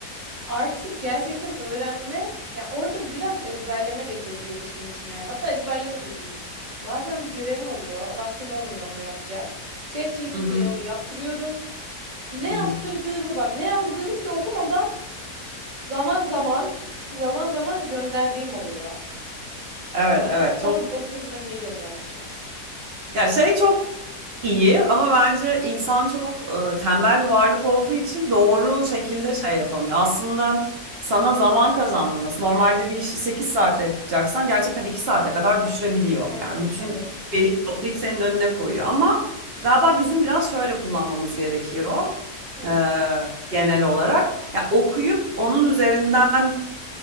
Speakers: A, on the right; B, on the right.
A: Artık gerçekten öğrenme, yani orada biraz ezberleme de geliyor işin içine. Hatta ezberleme de değil. Bazen bir görevim oluyor, vaktim olmuyor onu yapacak. ChatGPT'ye
B: Hı hı,
A: onu yaptırıyorum. Ne
B: hı
A: yaptırdığımı
B: hı.
A: bak, ne yazdığını bile okumadan zaman zaman zaman zaman gönderdiğim oluyor.
B: Evet
A: Yani bak
B: evet çok
A: sonra bakıyorum hani ne göndermişim.
B: ya şey çok İyi ama bence insan çok e, tembel bir varlık olduğu için doğru
A: Evet.
B: şekilde şey yapamıyor. Aslında sana zaman kazandırması. Normalde bir işi 8 saatte yapacaksan gerçekten 2 saate kadar düşürebiliyor.
A: Evet,
B: Yani bütün
A: evet.
B: veriyi toplayıp senin önüne koyuyor. Ama galiba bizim biraz şöyle kullanmamız gerekiyor.
A: Hı,
B: e, genel olarak. Ya okuyup onun üzerinden